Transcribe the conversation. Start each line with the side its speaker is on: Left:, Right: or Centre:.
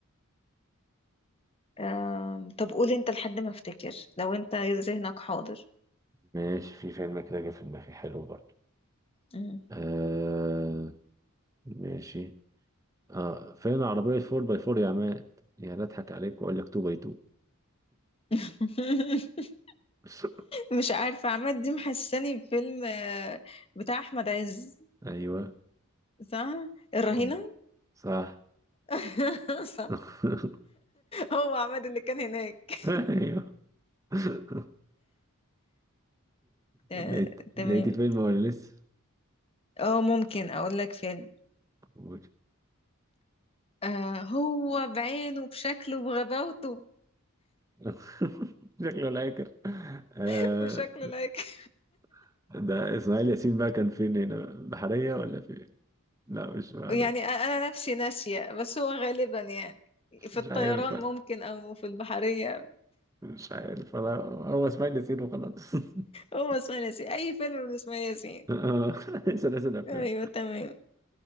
Left: آم، طب قول انت لحد ما افتكر لو انت ذهنك حاضر
Right: ماشي في فيلم كده جه في دماغي حلو برضه
Left: مم.
Right: آه ماشي اه فين عربية 4 باي 4 يا عماد يا لا اضحك عليك واقول لك 2 باي 2
Left: <laughs>
Right: <laughs>
Left: مش عارفة عماد دي محساني بفيلم آه، بتاع احمد عز
Right: ايوه
Left: صح الرهينة
Right: مم. صح
Left: <laughs> صح
Right: <laughs>
Left: هو عماد اللي كان هناك
Right: ايوه <laughs>
Left: آه،
Right: لقيت
Left: تمام
Right: لقيت الفيلم ولا لسه؟
Left: اه ممكن اقول لك فيلم
Right: قول.
Left: آه هو بعينه بشكله بغباوته
Right: <laughs> شكله لا ياكل آه،
Left: <laughs> بشكله لايك
Right: <laughs> ده اسماعيل ياسين بقى كان فين هنا بحرية ولا فين لا مش بحرية
Left: يعني أ- انا نفسي ناسيه بس هو غالبا يعني في
Right: مش
Left: الطيران
Right: عارف
Left: ممكن او في البحريه
Right: مش عارف انا هو اسماعيل ياسين وخلاص <laughs>
Left: هو اسماعيل ياسين اي فيلم لاسماعيل ياسين
Right: آه، <laughs> سلاسل افلام
Left: ايوه تمام